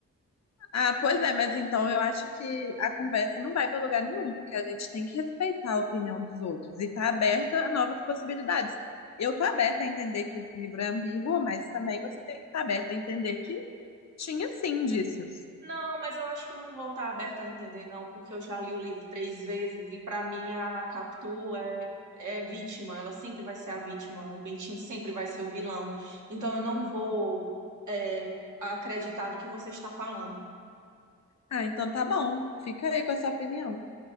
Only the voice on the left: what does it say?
Ah, pois é, mas então eu acho que a conversa não vai para lugar nenhum, porque a gente tem que respeitar a opinião dos outros e estar aberta a novas possibilidades. Eu tô aberta a entender que o livro é ambíguo, mas também você tem que estar aberta a entender que tinha sim indícios.
Ah, então tá bom, fica aí com a sua opinião.